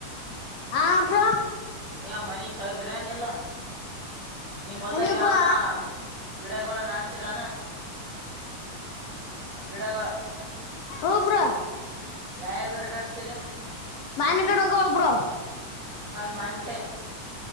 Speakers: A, on the left; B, on the right.
A: ಹ ಅ
B: ಏ ಮನಗ್ ತಗದ್ರ ಏನ್ ಎಲ್ಲ ನಿಮ್ ಮೊದ್ಲಾಗ
A: ಮನೆಗೆ
B: ಯಾವನ
A: ಬ್ರೋ
B: ಗಿಡಗಳ ನಡ್ಸಿರಾನ ಗಿಡಗಳ
A: ಹಬ್ರ
B: ಯಾವ ಗಿಡ ನಡೆಸಿದೆ
A: ಮನ್ಗಡೋಗ ಒಬ್ರ
B: ಮಾನಕ